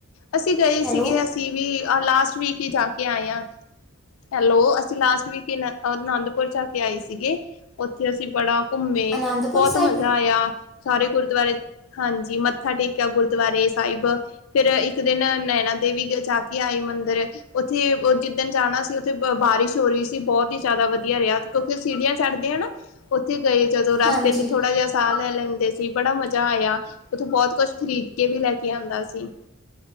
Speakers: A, on the left; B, in the centre.
A: ਅਸੀਂ ਗਏ
B: ਹੈਲੋ
A: ਸੀਗੇ ਅਸੀਂ ਵੀ ਲਾਸਟ ਵੀਕ ਹੀ ਜਾ ਕੇ ਆਏ ਹਾਂ। ਹੈਲੋ! ਅਸੀਂ ਲਾਸਟ ਵੀਕ ਅਨੰਦਪੁਰ ਚ -ਆਏ ਸੀਗੇ ਉੱਥੇ ਅਸੀਂ ਬੜਾ ਘੁੰਮੇ,
B: ਅਨੰਦਪੁਰ
A: ਬਹੁਤ
B: ਸਾਹਿਬ
A: ਮਜ਼ਾ ਆਇਆ। ਸਾਰੇ ਗੁਰਦੁਆਰੇ। ਹਾਂਜੀ, ਮੱਥਾ ਟੇਕਿਆ ਗੁਰਦੁਆਰੇ ਸਾਹਿਬ ਫਿਰ ਇੱਕ ਦਿਨ ਨੈਣਾ ਦੇਵੀ ਜਾ ਕੇ ਆਏ ਮੰਦਿਰ ਉੱਥੇ ਜਿੱਦਣ ਜਾਣਾ ਸੀ, ਉੱਥੇ ਬਾਰਿਸ਼ ਹੋ ਰਹੀ ਸੀ ਬਹੁਤ ਹੀ ਜ਼ਿਆਦਾ ਵਧੀਆ ਰਿਹਾ। ਕਿਉਕਿ ਸੀੜੀਆਂ ਚੜਦੇ ਆ ਨਾ। ਉੱਥੇ ਗਏ ਜਦੋਂ ਰਸਤੇ
B: ਹਾਂਜੀ
A: 'ਚ ਥੋੜਾ ਜਿਹਾ ਸਾਹ ਲੈ ਲੈਂਦੇ ਸੀ ਬੜਾ ਮਜ਼ਾ ਆਇਆ। ਉੱਥੋਂ ਬਹੁਤ ਕੁੱਛ ਖ ਕੇ ਵੀ ਲੈ ਕੇ ਆਉਂਦਾ ਸੀ।